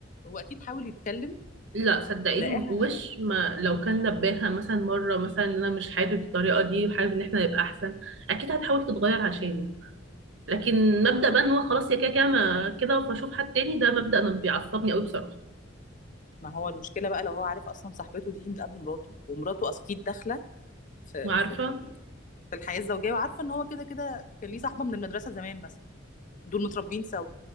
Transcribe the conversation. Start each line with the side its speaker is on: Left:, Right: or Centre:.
Left: هو اكيد حاول يتكلم
Right: لا صدقيني
Left: ولقاها
Right: وش ما لو كان نباها مثلا مره مثلا ان انا مش حابب الطريقه دي وحابب ان احنا نبقى احسن اكيد هتحاول تتغير عشاني لكن مبدا بقى ان هو خلاص يا كده كده ما- كده فاشوف حد تاني ده مبدا انا بيعصبني قوي بصراحه
Left: ما هو المشكله بقى لو هو عارف اصلا صاحبته دي من قبل مراته ومراته اكيد داخله في
Right: وعارفه
Left: في ال- في الحياه الزوجيه وعارفه ان هو كده كده كان ليه صاحبه من المدرسه زمان مثلا دول متربيين سوا